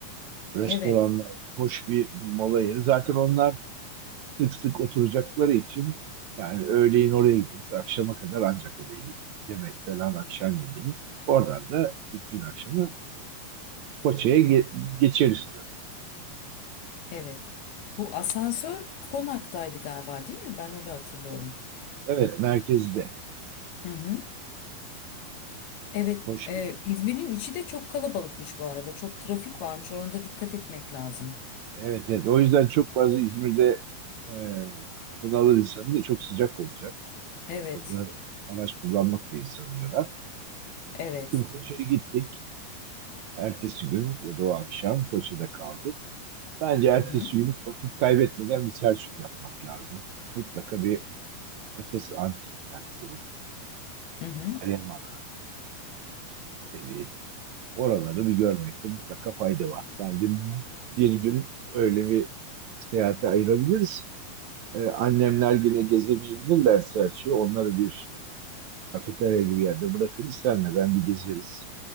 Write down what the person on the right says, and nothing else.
restoranlar
var, hoş bir mola yeri. Zaten onlar sık sık oturacakları için yani öğleyin oraya gideriz, akşama kadar ancak oraya gezeriz. Yemek falan, akşam yemeği. Oradan da ilk gün akşamı Foça'ya ge- geçeriz diyorum.
Evet, merkezde.
Hoş
bir yer.
Evet, evet. O yüzden çok fazla İzmir'de e, bunalır insanı da çok sıcak olacak.
Orada araç kullanmak da insanı yorar.
Şimdi Foça'ya gittik. Ertesi gün ya da o akşam Foça'da kaldık. Bence ertesi
gün hiç vakit kaybetmeden bir Selçuk yapmak lazım. Mutlaka bir Efes Antik Kenti,
Meryem Ana evi, Oraları bir görmekte mutlaka fayda var. Bence bir gün öyle bir seyahate ayırabiliriz. Ee, annemler yine gezemeyebilirlerse açıyor. Onları bir kafeterya gibi yerde bırakırız. Senle ben bir gezeriz.